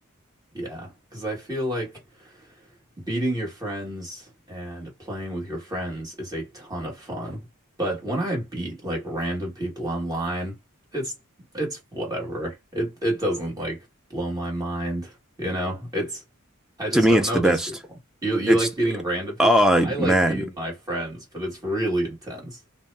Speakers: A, on the right; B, in the centre.
A: Yeah, because I feel like beating your friends and playing with your friends is a ton of fun. But when I beat like random people online, it's it's whatever. It it doesn't like blow my mind, you know? It's I just
B: To me,
A: don't
B: it's
A: know
B: the
A: these
B: best.
A: people. You you
B: It's
A: like beating random people?
B: oh
A: I like
B: man,
A: beating my friends, but it's really intense.